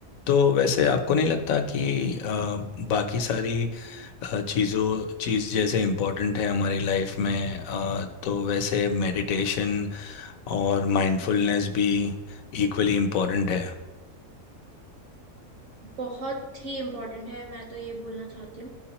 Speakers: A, on the left (about 70°); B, on the right (about 50°).
A: तो वैसे आपको नहीं लगता कि अ, बाकी सारी अ, चीज़ों चीज़ जैसे इम्पोर्टेंट है हमारी लाइफ में अ, तो वैसे मेडिटेशन और माइंडफुलनेस भी इक्वली इम्पोर्टेंट है
B: बहुत ही इम्पोर्टेंट है मैं तो ये बोलना चाहती हूँ